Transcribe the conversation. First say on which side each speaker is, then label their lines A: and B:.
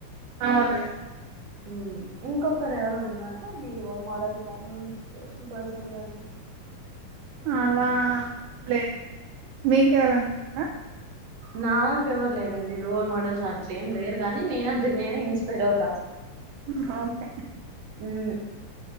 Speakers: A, on the right (about 75°); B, on the right (about 60°).
A: అవునండి
B: ఉమ్ ఇంకొకరు ఎవరన ఉన్నారా మీ రోల్ మోడల్స్ గానీ ఇన్స్పిరేషన్ పర్సన్ గానీ
A: అలా లేదండి మీకేవరైనా ఉన్నారా
B: నాక ఎవరు లేరండి రోల్ మోడల్స్ అట్లేం లేరు కానీ నేనంతకు నేనే ఇన్స్పైర్ అవుతా
A: ఉమ్ ఒకే
B: ఉమ్